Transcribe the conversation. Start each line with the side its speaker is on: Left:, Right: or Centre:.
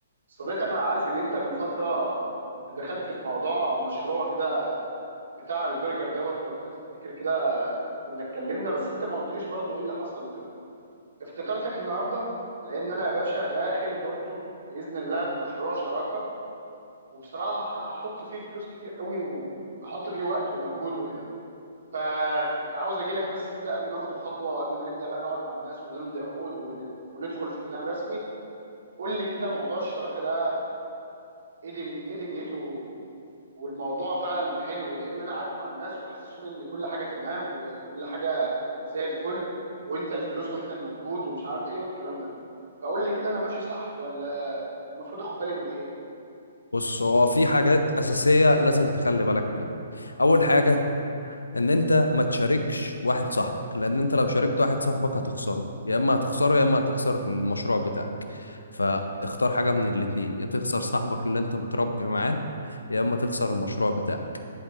Right: صديقي انا عارف ان انت من فتره كنت دخلت في موضوع مشروع كده بتاع البرجر دوت لو انت تفتكر كده كنا اتكلمنا بس انت ما قلتليش برضو ايه اللي حصل وكده افتكرتك النهارده لان انا يا باشا داخل برضو باذن الله في مشروع شراكه وبصراحه هحط فيه فلوس كتير قوي وهحط فيه وقت ومجهود وكده فكنت عاوز اجي لك بس كده قبل ما اخد الخطوه وقبل ما نبدا بقى نقعد مع الناس ونمضي عقود ون- وندخل في كلام رسمي قول لي كده موضوع الشراكه ده ايه دن- ايه دنيته والموضوع فعلا حلو لان انا قعدت مع الناس وحسسوني ان كل حاجه تمام وكل حاجه زي الفل وانت الفلوس واحنا المجهود ومش عارف ايه والكلام ده فقول لي كده انا ماشي صح ولا المفروض اخد بالي من ايه
Left: بص هو في حاجات أساسية لازم تخلي بالك منها أول حاجة إن أنت ما تشاركش واحد صاحبك لأن أنت لو شاركت واحد صاحبك هتخسره يا إما هتخسره يا إما هتخسر المشروع بتاعك فاختار حاجة من الاتنين يا تخسر صاحبك اللي أنت متربي معاه يا إما تخسر المشروع بتاعك